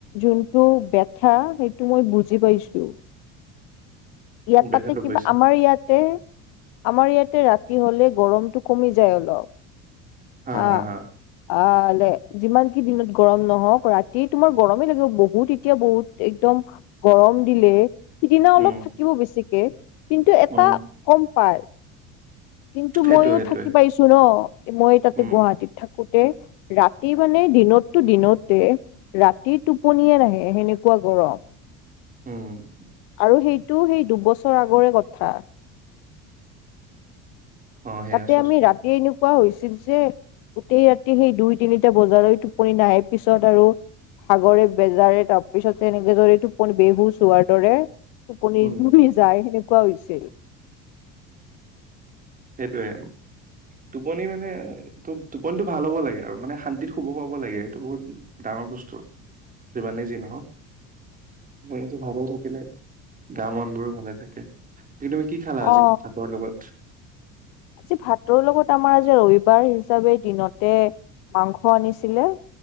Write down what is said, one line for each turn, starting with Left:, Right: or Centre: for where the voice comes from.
Left: যোন টো বেথা সেইটো মই বুজি পাইছো। ইয়াত
Right: দেখাটো
Left: তাতে কিবা
Right: গৈছে
Left: আমাৰ ইয়াতে আমাৰ ইয়াতে ৰাতি হলে গৰমটো কমি যায় অলপ
Right: হা
Left: আ,
Right: হা হা
Left: আ, যিমান কি দিনত গৰম নহওক ৰাতি তোমাৰ গৰমেই লাগিব বহুত এতিয়া বহুত একদম গৰম দিলে সিদিনা
Right: উম
Left: অলপ থাকিব বেছিকে কিন্তু এটা
Right: উম
Left: কম পায় কিন্তু
Right: সেইটোৱে
Left: ময়ো
Right: সেইটোৱে
Left: থাকি পাইছো ন' মই তাতে
Right: উম
Left: গুৱাহাটীত থাকোতে ৰাতি মানে দিনততো দিনতে ৰাতি টোপনিয়ে নাহে সেনেকুৱা গৰম।
Right: উম,
Left: আৰু সেইটো সেই দুবছৰ আগৰে কথা।
Right: অ সেয়া
Left: তাতে
Right: চোৱাচোন
Left: আমি ৰাতি এনেও কোৱা হৈছিল যে গোটেই ৰাতি সেই দুই তিনিটা বজালৈ টোপনি নাহে পিছত আৰু সাগৰে বেজাৰে তাৰপিছত তেনেকে ধৰে টোপ বিহু চোৱাৰ দৰে টোপনি
Right: উম,
Left: ঘূৰি যায় সেনেকুৱা হৈছিল।
Right: সেইটোৱে টোপনি মানে ত' টোপনিটো ভাল হ'ব লাগে আৰু মানে শান্তিত শুব পাব লাগে সেইটো বহুত দাম বস্তু, যিমানেই যি নহওক। টোপনিটো ভাল হৈ থাকিলে গা মন বোৰো ভালে থাকে। তুমি কি খালা আজি
Left: অ
Right: ভাতৰ লগত?
Left: আজি ভাতৰ লগত আমাৰ আজি ৰবিবাৰ হিচাপে দিনতে মাংস আনিছিলে